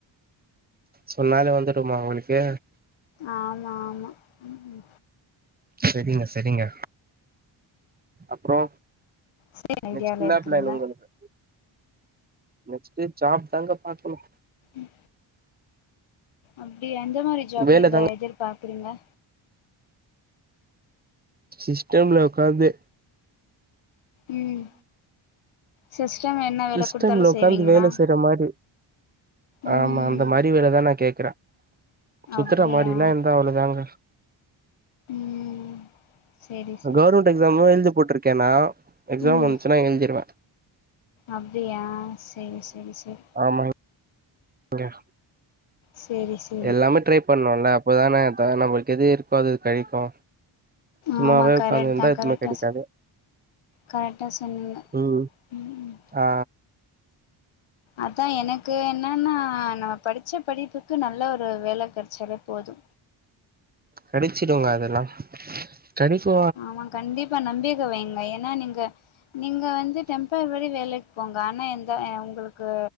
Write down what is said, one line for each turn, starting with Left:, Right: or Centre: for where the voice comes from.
Right: சொன்னாலு வந்துடுமா உங்களுக்கு
Left: ஆமா ஆமா ம்
Right: சரிங்க சரிங்க அப்றோ
Left: சேம் ஐடியால
Right: நெக்ஸ்ட் என்னா
Left: இருக்குறீங்க
Right: பிளான் உங்களுக்கு நெக்ஸ்ட்டு ஜாப் தாங்க பாக்கணு
Left: ம் அப்டியா எந்த மாரி ஜாப்
Right: வேல
Left: நீங்க
Right: தாங்க
Left: எதிர்பாக்குறிங்க
Right: சிஸ்டம்ல உக்காந்து
Left: ம் சிஸ்டம் என்ன வேல
Right: சிஸ்டம்ல
Left: குடுத்தாலு
Right: உக்காந்து
Left: செய்வீங்களா
Right: வேல செய்ற மாரி
Left: ம்
Right: ஆமா அந்த மாரி வேலதா நா கேக்குற சுத்துற
Left: அப்டியா
Right: மாதிரில்லா இருந்தா அவ்ளதாங்க
Left: ம் செரி சார்
Right: கவர்மெண்ட் எக்ஸாமு எழுதி போட்ருக்கேனா எக்ஸாம்
Left: ம்
Right: வந்துச்சுனா எழுதிருவே
Left: அப்டியா செரி செரி செரி
Right: ஆமாங் க
Left: செரி செ
Right: எல்லாமே ட்ரை பண்ணுல்ல அப்பதானே த நம்ளுக்கு எது இருக்கோ அது கெடைக்கு சும்மாவே
Left: ஆமா கரெக்ட்தா
Right: உக்காந்துருந்தா எதுவுமே
Left: கரெக்டா
Right: கெடைக்காது
Left: சொ கரெக்டா சொன்னிங்க
Right: ம்
Left: ம்
Right: ஆ
Left: அதா எனக்கு என்னன்னா நம்ம படிச்ச படிப்புக்கு நல்ல ஒரு வேல கெடச்சாலே போது
Right: கெடச்சிடுங்க அதெல்லா ஸ்டடிஸு
Left: ஆமா கண்டிப்பா நம்பிக்கெ வைங்க ஏன்னா நீங்க நீங்க வந்து டெம்பரவரி வேலைக்கு போங்க ஆனா எந்த உங்களுக்கு